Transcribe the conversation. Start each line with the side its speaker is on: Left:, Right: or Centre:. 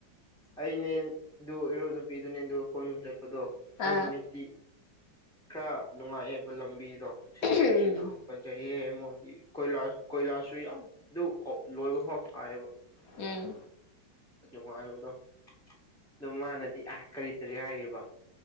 Centre: ꯑꯩꯅꯦꯟ ꯗꯨ ꯏꯔꯣꯅꯨꯄꯤ ꯑꯗꯨꯅꯦ ꯑꯗꯨ ꯈꯣꯏ ꯑꯍꯨꯝ ꯆꯠꯄꯗꯣ ꯑꯗꯨ
Left: ꯑꯥ
Centre: ꯅꯨꯃꯤꯠꯇꯤ ꯈꯔ ꯅꯨꯡꯉꯥꯏꯑꯦꯕ ꯂꯝꯕꯤꯗꯣ ꯁꯤꯅꯔꯤꯁꯨ
Left: ꯎꯝ
Centre: ꯌꯥꯝ ꯐꯖꯩꯌꯦ ꯃꯣꯏꯒꯤ ꯀꯣꯏ ꯀꯣꯏꯂꯥꯁ ꯀꯣꯏꯂꯥꯁꯁꯨ ꯌꯥꯝ ꯗꯨ ꯈꯣ ꯂꯣꯏꯕ ꯐꯥꯎ ꯊꯥꯏꯌꯦꯕ
Left: ꯎꯝ
Centre: ꯑꯗꯨꯉꯥꯏꯕꯗꯣ ꯑꯗꯨ ꯃꯥꯅꯗꯤ ꯑꯥ ꯀꯔꯤ ꯀꯔꯤ ꯍꯥꯏꯔꯤꯕ